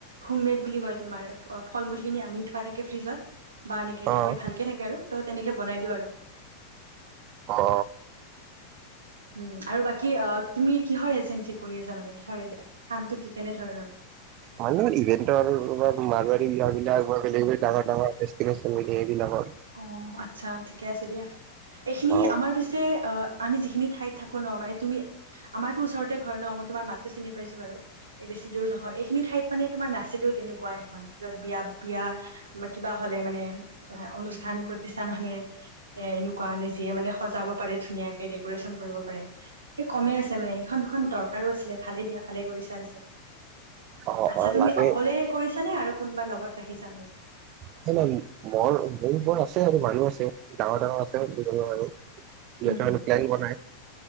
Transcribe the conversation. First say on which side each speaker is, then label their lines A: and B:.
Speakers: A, on the right; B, on the right.
A: হোমেদ বুলি কয় তোমাৰ ফল মূল <unintelligible> আনি থোৱা থাকে ফ্ৰীজত বা অনেকে
B: অ'।
A: থাকে ভালকে থাকে আৰু ত তেনেকে বনাই দিওঁ আৰু।
B: অ।
A: উম আৰু বাকি অ তুমি কি হৰ এজেঞ্চি কৰি আছা মানে কিহৰ এজে কামটো কি? কেনেধৰণৰ?
B: হই, মোৰ ইভেণ্টৰ আৰু মালগাৰি নিয়া বিলাকৰ ডেলিভাৰী ডাঙৰ ডাঙৰ দেষ্টিনেচন সেইবিলাকৰ।
A: অ' আচ্ছা ঠিকে আছে দিয়া। এইখিনি
B: অ',
A: আমাৰ পিছে অ আমি যিখিন ঠাইত থাকো ন মানে তুমি আমাৰতো ওচৰতে ঘৰ নহ। মই তোমাৰ মাতো চিনি পাইছো বাৰু, বেছি দূৰ নহয়। এইখিনি ঠাইত মানে তোমাৰ নাছিলোও তেনেকুৱা এখন যত বিয়া বিয়া বা কিবা হ'লে মানে অনুষ্ঠান, প্ৰতিষ্ঠান হলে এ, এনেকুৱাানে যিয়ে মানে সজাব পাৰে ধুনীয়াকে ডেক'ৰেশচন কৰিব পাৰে। সেই কমেই আছে মানে সেইখন দুখন দৰকাৰো আছিলে। ভালে দিয়া ভালে কৰি চা পিছে।
B: অ',
A: আচ্ছা
B: অ',
A: তুমি
B: লাগে
A: অকলে কৰিছো নে আৰু কোনোবা লগত ৰাখিছা মানে
B: স নাই মৰ ম বৰ আছে আৰু মানুহৰ ডাঙৰ ডাঙৰ আৰু আৰু ইহতে
A: উম।
B: হয় প্লেন বনাই।